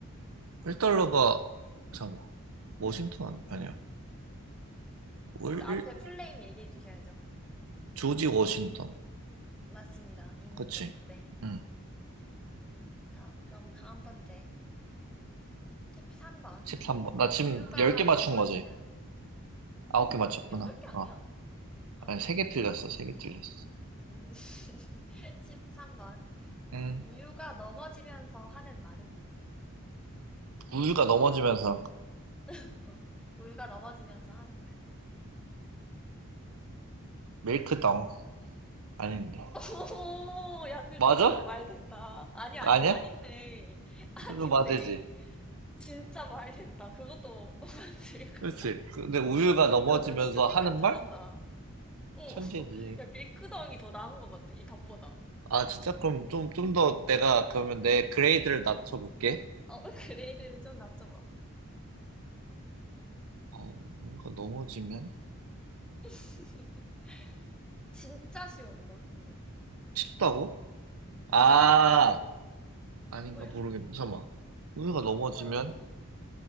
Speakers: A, on the right; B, in the centre.
A: 1달러가, 잠깐만. 워싱턴 아니야. 월,
B: 그 앞에
A: 일-
B: 풀네임 얘기해 주셔야죠.
A: 조지 워싱턴.
B: 맞습니다. 딩동댕.
A: 그치? 응.
B: 자, 그럼 다음 번째. 13번.
A: 13번. 나 지금
B: 우유가
A: 10개 맞춘
B: 넘어지면
A: 거지. 9개 맞췄구나.
B: 8개 아니야?
A: 어.
B: 9개인가?
A: 아니, 세 개 틀렸어,
B: 아,
A: 세 개 틀렸어.
B: 음. <laughs> 13번.
A: 음,
B: 우유가 넘어지면서 하는 말은?
A: 우유가 넘어지면서
B: <laughs> 우유가 넘어지면서 하는 말.
A: 밀크덩. 아닌데.
B: 오, 야, 그것
A: 맞아?
B: 좀 말 된다. 아니, 아니,
A: 아니야?
B: 아닌데. 아닌데.
A: 그래도 맞지.
B: 진짜 말 된다. 그것도 <laughs> 맞을 것
A: 그렇지.
B: 같아.
A: 근데 우유가 넘어지면서
B: 야, 너 진짜 생각
A: 하는
B: 잘한다.
A: 말?
B: 어,
A: 천재지.
B: <laughs> 야, 밀크덩이 더 나은 것 같아. 이 답보다.
A: 아, 진짜? 그럼 좀, 좀 더 내가, 그러면 내 그레이드를 낮춰볼게.
B: 어, 그레이드를 좀 낮춰봐.
A: 어, 우유가 넘어지면?
B: <laughs> 진짜 쉬워, 이건, 근데.
A: 춥다고? 아,
B: 어,
A: 아닌가
B: 뭐야?
A: 모르겠네. 잠깐만. 우유가 넘어지면?
B: 아무거나 뱉어봐.